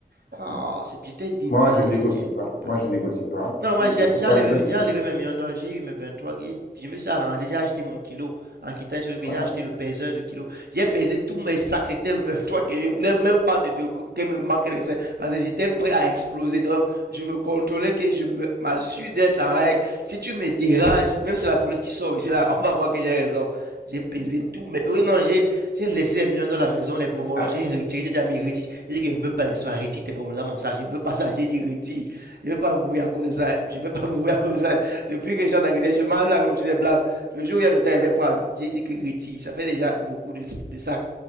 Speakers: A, on the right; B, on the left.
A: Ah,
B: Mm.
A: c'est- j'étais dépassé,
B: Moi, je négocie
A: j'étais
B: pas.
A: dépassé.
B: Moi, je négocie pas.
A: Non, moi,
B: Je négocie
A: j'ai j'ai
B: pas.
A: enlevé,
B: Je laisse le
A: j'ai
B: temps.
A: enlevé mes millions d'or, j'ai eu mes 23, j'ai- je me suis arrangé, j'ai acheté mon kilo. En quittant sur que
B: Voilà.
A: j'ai acheté le peseur de kilo. J'ai pesé tous mes sacs, c'était 23 que je voulais même pas te dire que me manque de respect. Parce que j'étais prêt à exploser, donc je me contrôlais que je me- m'assure d'être en règle. Si tu me déranges, même si c'est la police qui sort ici, là, on va voir que j'ai raison. J'ai pesé tout, mais oui, non, j'ai j'ai laissé les miens dans la maison, les bonbons,
B: Ah,
A: j'ai retiré, j'ai dit à mes retire. J'ai dit que je ne veux pas les soins, retire tes bonbons dans mon sac, je ne veux pas ça, j'ai dit retire. Je ne veux pas mourir à cause de ça, je ne veux pas mourir à cause de ça. Depuis que les gens d'Angleterre, je mange la nourriture des blancs. Le jour où il y a le temps, je va prendre. J'ai dit que retire, ça fait déjà beaucoup de, de sacs.